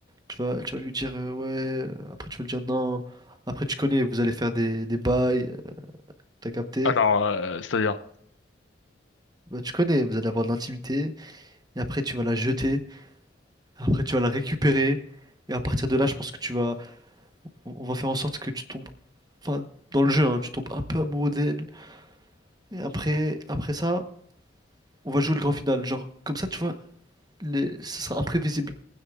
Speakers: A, on the right (about 20°); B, on the left (about 80°).
A: Tu vas, tu vas lui dire euh, ouais, euh, après tu vas lui dire non, après tu connais, vous allez faire des, des bails, euh, t'as capté?
B: Alors, euh, c'est-à-dire...
A: Bah, tu connais, vous allez avoir de l'intimité, et après tu vas la jeter, après tu vas la récupérer, et à partir de là, je pense que tu vas, on on va faire en sorte que tu tombes, enfin, dans le jeu, hein, tu tombes un peu amoureux d'elle, et après, après ça, on va jouer le grand final, genre, comme ça, tu vois, les, ce sera imprévisible.